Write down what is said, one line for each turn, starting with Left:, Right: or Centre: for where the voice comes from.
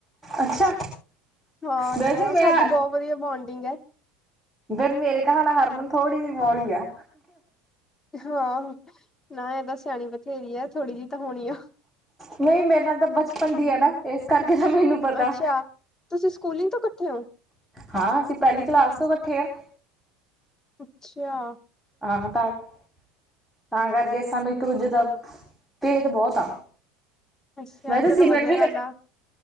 Centre: ਅੱਛਾ
Left: ਹਾਂ
Centre: ਵੈਸੇ
Left: ਜਵਾਂ,
Centre: ਮੈਂ
Left: ਸਾਡੀ ਬਹੁ ਵਧੀਆ ਬੋਂਡਿੰਗ ਐ।
Centre: ਫਿਰ ਮੇਰੇ ਕਹਾਣਾ ਹਰਮਨ ਥੋੜੀ ਜੀ ਬੌਲੀ ਐ।
Left: ਹਾਂ, ਨਾ ਇਹ ਤਾਂ ਸਿਆਣੀ ਬਥੇਰੀ ਐ, ਥੋੜੀ ਜੀ ਤਾਂ ਹੋਣੀ ਓਹ।
Centre: ਨਹੀਂ ਮੇਰੇ ਨਾਲ ਤਾਂ ਬਚਪਨ ਦੀ ਐਡ ਐ, ਨਾ ਏਸ ਕਰਕੇ ਤਾਂ ਮੈਨੂੰ ਪਤਾ
Left: ਅੱਛਾ, ਤੁਸੀਂ ਸਕੂਲਿੰਗ ਤੋਂ ਕੱਠੇ ਓਂ।
Centre: ਹਾਂ, ਅਸੀਂ ਪਹਿਲੀ ਕਲਾਸ ਤੋਂ ਕੱਠੇ ਆਂ।
Left: ਅੱਛਿਆ।
Centre: ਹਾਂ, ਤਾਂ-ਤਾਂ ਕਰਕੇ ਸਾਨੂੰ ਇੱਕ ਦੂਜੇ ਦਾ ਭੇਦ ਬਹੁਤ ਆ।
Left: ਅੱਛਾ
Centre: ਵੈਸੇ
Left: ਚਲੋ
Centre: ਸਿਮਰਨ
Left: ਵਧੀਆ
Centre: ਵੀ
Left: ਗੱਲ ਆ